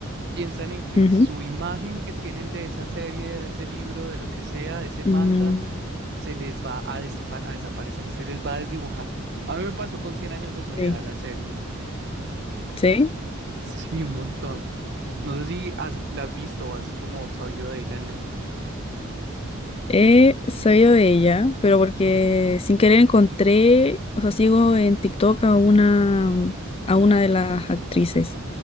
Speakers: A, on the right; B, on the left.
A: piensan en que
B: Ujú.
A: su imagen que tienen de esa serie, de ese libro, de lo que sea, de ese manga,
B: Mm,
A: se les va a, despa- a desaparecer, se les va a desdibujar. A mí me pasó con Cien años de soledad
B: sí,
A: la serie. <laughs>
B: sí.
A: Sí, un montón. No sé si has, la has visto o has como sabido de ella en Netflix.
B: He sabido de ella, pero porque sin querer encontré, o sea, sigo en TikTok a una, a una de las actrices,